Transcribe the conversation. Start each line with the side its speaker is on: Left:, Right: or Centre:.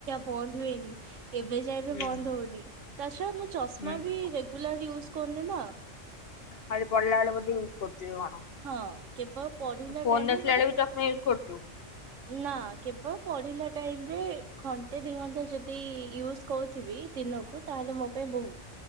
Right: ବନ୍ଦ ହୁଏନି ଏବେ ଯାଇବେ
Left: ହୁଁ
Right: ବନ୍ଦ ହଉନି ତାଛ ମୁଁ ଚଷମା
Left: ହୁଁ
Right: ବି ରେଗୁଲାର ୟୁଜ୍ କରୁନି ନା।
Left: ଖାଲି ପିଲାବେେ ବଧେ ୟୁଜ୍ କରୁଛୁ କି କଣ?
Right: ହଁ କେବଳ ପଢିଲା
Left: ଫୋନ
Right: ଟାଇମରେ
Left: ଦେଖିଲା
Right: ମତେ
Left: ବେଳେ ବି ଚଷମା ୟୁଜ କରୁଛୁ?
Right: ନା କେବଳ ପଢିଲା ଟାଇମରେ ଘଣ୍ଟେ ଦି ଘଣ୍ଟେ ଯଦି ୟୁଜ ିବ ଦିନକୁ ତାହେଲେ ମୋ ପାଇଁ ବହୁତ।